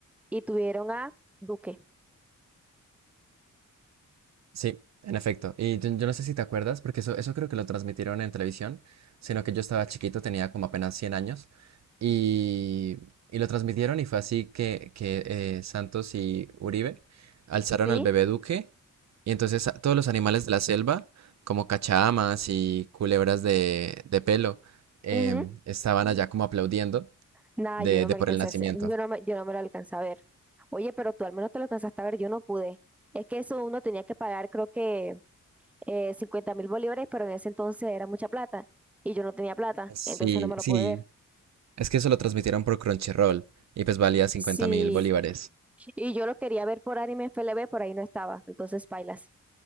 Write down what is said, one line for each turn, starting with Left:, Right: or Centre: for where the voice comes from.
Centre: y tuvieron a Duque.
Right: sí, en efecto. Y yo, yo no sé si te acuerdas, porque eso, eso creo que lo transmitieron en televisión, sino que yo estaba chiquito, tenía como apenas 100 años, y, y lo transmitieron y fue así que, que eh, Santos y Uribe alzaron
Centre: Sí.
Right: al bebé Duque, y entonces a- todos los animales de la selva, como cachamas y culebras de, de pelo, em,
Centre: Ujú.
Right: estaban allá como aplaudiendo
Centre: Nada,
Right: de,
Centre: yo no
Right: de
Centre: me
Right: por
Centre: alcancé
Right: el nacimiento.
Centre: a hacer- yo no me, yo no me lo alcancé a ver. Oye, pero tú al menos te lo alcanzaste a ver, yo no pude. Es que eso uno tenía que pagar, creo que eh, 50 mil bolívares, pero en ese entonces era mucha plata y yo no tenía plata,
Right: Sí,
Centre: entonces no me lo
Right: sí,
Centre: pude ver.
Right: Es que eso lo transmitieron por Crunchyroll y pues valía cincuenta
Centre: Sí,
Right: mil bolívares.
Centre: y yo lo quería ver por Anime FLB, por ahí no estaba, entonces pailas.